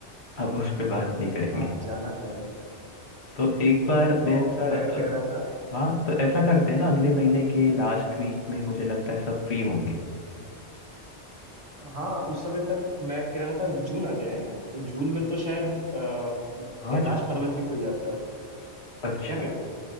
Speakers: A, on the left; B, on the right.
A: <laughs> अब उस पे बात नहीं करेंगे
B: हाँ जाना तो है
A: तो एक बार
B: तो
A: मैं ऐसा
B: मैं
A: अ,
B: कह रहा था
A: हाँ तो ऐसा करते हैं ना अगले महीने के लास्ट वीक में मुझे लगता है सब फ्री होंगे
B: हाँ उस समय तक मैं कह रहा था जून आ जाएगा ना तो जून में तो शायद अ, कैलाश
A: हाँ छो-
B: पर्वत भी खुल जाता है
A: अच्छा
B: क्या कहते हो